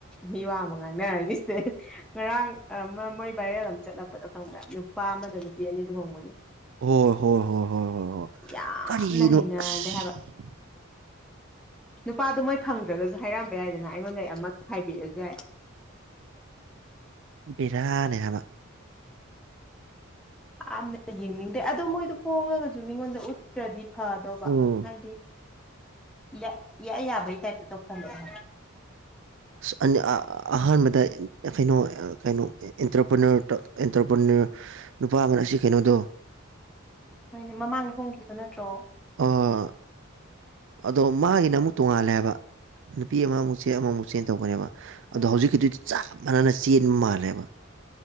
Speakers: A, in the centre; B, on the right.
A: ꯃꯤꯋꯥ ꯑꯃ ꯉꯥꯡꯅꯔꯅꯤ ꯁꯤꯗꯩ ꯉꯔꯥꯡ ꯑꯃꯥ ꯃꯣꯏ ꯚꯥꯏꯔꯦꯜ ꯑꯃ ꯆꯠꯂꯛꯄꯗꫭ ꯈꯪꯕ꯭ꯔꯥ ꯅꯨꯄꯥ ꯑꯃꯗ ꯅꯨꯄꯤ ꯑꯅꯤ ꯂꯨꯍꯣꯡꯕꯒꯤ
B: ꯍꯣꯏ ꯍꯣꯏ ꯍꯣꯏ ꯍꯣꯏ ꯍꯣꯏ ꯍꯣꯏ
A: ꯌꯥꯝꯅ
B: ꯀꯔꯤꯅꯣ
A: ꯍꯩꯅꯗꯦ
B: ꯑꯁ
A: ꯍꯥꯏꯕ ꯅꯨꯄꯥꯗꫭ ꯃꯣꯏ ꯐꯪꯗ꯭ꯔꯒꯖꯨ ꯍꯥꯏꯔꯝꯕ ꯌꯥꯏꯗꯅ ꯑꯩꯉꯣꯟꯗ ꯑꯩ ꯑꯃ ꯈꯥꯏꯕꯤꯔꯖꯨ ꯌꯥꯏ
B: ꯕꯦꯔꯥꯅꯦ ꯍꯥꯏꯕ
A: ꯌꯥꯝꯅ ꯌꯦꯡꯅꯤꯡꯗꯦ ꯑꯗꯣ ꯃꯣꯏꯗꯣ ꯍꯣꯡꯉꯒꯖꯨ ꯃꯤꯉꯣꯟꯗ ꯎꯠ ꯇꯔꯗꯤ ꯐꯗꯧꯕ
B: ꯎꯝ
A: ꯍꯥꯏꯗꯤ ꯏꯌꯥ ꯏꯌꯥ ꯌꯥꯕꯩ ꯇꯥꯏꯞꯇ ꯇꯧꯁꯤꯜꯂꯛꯑꯦ ꯍꯥꯏꯕ
B: ꯑꯁ ꯑꯅꯤ ꯑꯥ ꯑꯍꯥꯟꯕ ꯇꯥꯏ ꯑꯦꯐꯦꯅꫭ ꯀꯩꯅꯣ ꯑꯦꯟꯇꯔꯄ꯭ꯔꯦꯅꯔ ꯑꯦꯟꯇꯔꯄ꯭ꯔꯦꯅꯔ ꯅꯨꯄꯥ ꯑꯃꯅ ꯁꯤ ꯀꯩꯅꯣꯗꯣ
A: ꯍꯣꯏꯅꯦ ꯃꯃꯥꯡꯗ ꯍꯣꯡꯈꯤꯕꯗꯣ ꯅꯠꯇ꯭ꯔꯣ
B: ꯑꯣ ꯑꯗꯣ ꯃꯥꯒꯤꯅ ꯑꯃꯨꯛ ꯇꯣꯡꯉꯥꯜꯂꯦ ꯍꯥꯏꯕ ꯅꯨꯄꯤ ꯑꯃꯃꯨꯛ ꯆꯦꯟ ꯑꯃꯃꯨꯛ ꯆꯦꯟ ꯇꯧꯕꯅꯦꯕ
A: ꯎꯝ
B: ꯑꯗꯣ ꯍꯧꯖꯤꯛꯀꯤꯗꯨꯗꯤ ꯆꯞ ꯃꯥꯟꯅꯅ ꯆꯦꯟꯕ ꯃꯥꯜꯂꯦꯕ